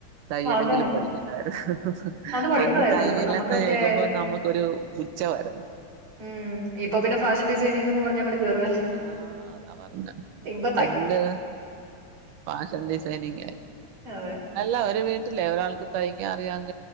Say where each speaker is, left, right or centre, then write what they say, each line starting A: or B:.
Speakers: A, on the right (about 80°); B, on the right (about 50°).
A: തയ്യലെങ്കിലും
B: അത്
A: പഠിക്കണ്ടായിരുന്നു.
B: അത് പഠിക്കേണ്ടതായിരുന്നു
A: അന്ന് തയ്യലെന്ന്
B: ഇതിപ്പോ നമുക്കൊക്കെ
A: കേൾക്കുമ്പോ
B: ആയാലും
A: നമുക്കൊരു പുച്ഛവാരുന്നു.
B: ഉം ഇപ്പൊ പിന്നെ ഫാഷൻ ഡിസൈനിങ് എന്ന് പറഞ്ഞ അങ്ങോട് കേറുവല്ലേ.
A: ആഹ് അതാ പറഞ്ഞെ
B: ഇപ്പ
A: എന്ത് ഫാഷൻ ഡിസൈനിങ്.
B: അതെ
A: അല്ലാ വീട്ടിലേ ഒരാൾക്ക് തയ്ക്കാ അറിയാവെങ്കി